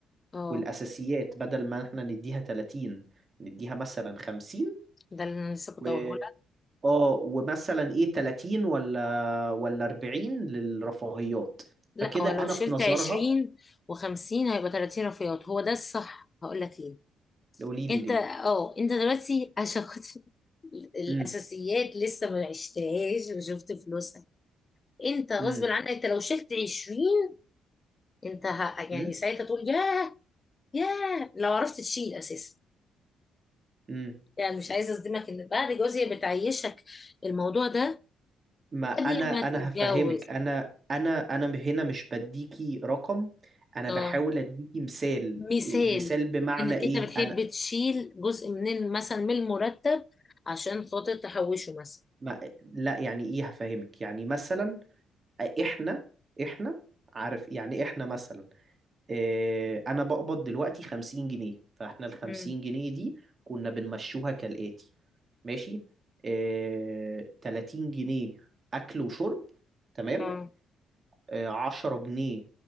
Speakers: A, on the left (about 30°); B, on the right (about 35°).
A: اه
B: والأساسيات بدل ما إحنا نديها 30 نديها مثلا 50
A: ده اللي انا لسه كنت
B: و
A: هقوله لك
B: اه ومثلا ايه 30 ولا ولا 40 للرفاهيات
A: لا
B: فكده
A: هو لو
B: انا
A: شلت
B: في نظرها
A: 20 و50 هيبقى 30 رفيعات هو ده الصح هقول لك ليه
B: قولي لي
A: انت
B: ليه
A: اه انت دلوقتي عشان خاطر <laughs> الاساسيات
B: امم
A: لسه ما عشتهاش وشفت فلوسها انت غصب
B: امم
A: عنك انت لو شلت 20 انت ه...
B: امم
A: يعني ساعتها تقول ياه ياه لو عرفت تشيل اساسا
B: امم
A: يعني مش عايزه اصدمك ان بعد جوزي بتعيشك الموضوع ده
B: ما
A: قبل
B: انا
A: ما
B: انا
A: تتجوز
B: هفهمك انا انا انا هنا مش بديكي رقم انا
A: آه.
B: بحاول اديكي مثال
A: مثال
B: إيه- مثال بمعنى
A: انك
B: ايه
A: انت بتحب
B: انا
A: تشيل جزء من ال- مثلا من المرتب عشان خاطر تحوشه مثلا
B: ما لا يعني ايه هفهمك يعني مثلا احنا احنا عارف يعني احنا مثلا آه، انا بقبض دلوقتي 50 جنيه فاحنا ال 50
A: مم.
B: جنيه دي كنا بنمشوها كالآتي ماشي آه، 30 جنيه اكل وشرب تمام
A: اه
B: آه، 10 جنيه